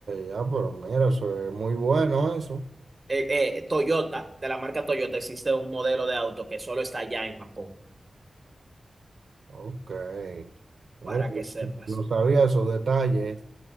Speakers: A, on the right; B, on the right.
A: ya, pero mira, eso es muy bueno eso.
B: eh, eh, Toyota, de la marca Toyota, existe un modelo de auto que solo está allá en Japón,
A: Ok, mira,
B: para que sepas.
A: yo no sabía esos detalles,